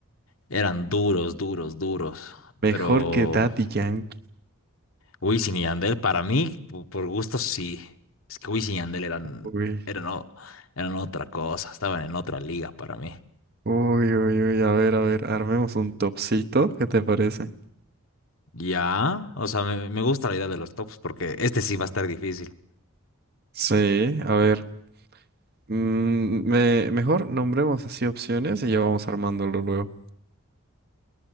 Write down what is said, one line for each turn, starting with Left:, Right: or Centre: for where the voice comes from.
Left: eran duros, duros, duros.
Right: Mejor
Left: Pero
Right: que Daddy Yankee.
Left: Wisin y Yandel para mí, po- por gusto sí. Es que Wisin y Yandel eran,
Right: Uy,
Left: eran, o- eran otra cosa, estaban en otra liga para mí.
Right: uy, uy, uy, a ver, a ver, armemos un topcito, ¿qué te parece?
Left: Ya, o sea, me, me gusta la idea de los tops porque este sí va a estar difícil.
Right: Sí, a ver, mm, me, mejor nombremos así opciones y ya vamos armándolo luego.